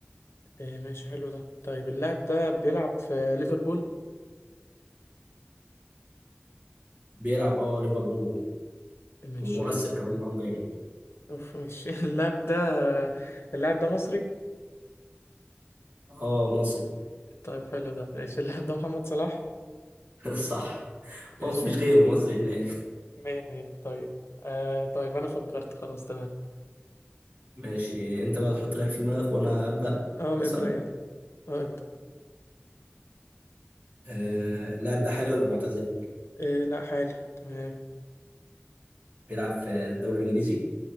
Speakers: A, on the left (about 80°); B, on the right (about 40°).
A: آه ماشي حلو ده طيب اللاعب ده بيلعب في ليفربول
B: بيلعب أه ليفربول
A: ماشي
B: ومؤثر كمان معاهم جامد
A: اوف مش <laughs> اللاعب ده اللاعب ده مصري
B: أه مصري
A: طيب حلو ده ماشي اللاعب ده محمد صلاح
B: <laughs> صح
A: ماشي
B: هو مفيش
A: يا عم
B: غيره مصري هناك
A: مية مية طيب آه طيب انا فكرت خلاص تمام
B: ماشي أنت بقى تحط لعيب في دماغك وأنا أبدأ
A: اه
B: أسأل
A: ابدأ يلا اه ابدأ
B: آه، اللاعب ده حالي ولا معتزل؟
A: آه لا حالي تمام
B: بيلعب في الدوري الانجليزي